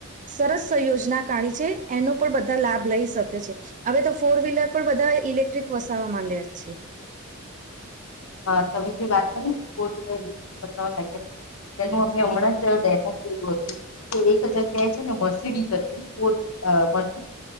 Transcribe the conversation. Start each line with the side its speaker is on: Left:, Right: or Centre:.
Right: સરસયોજના કાઢી છે એનો પણ બધા લાભ લઈ શકે છે હવે તો ફોર વ્હીલર પણ બધા ઇલેક્ટ્રિક વસાવા માંડ્યા છે
Left: હા તમે જે વાત કરી ફોરવીલરની બતાવા લાગ્યા છે તેનું અમે હમણાં જ ડેમો જોયું હતું કે એક જગ્યાએ છે ને મસીડી હતી અ માર્સડીશ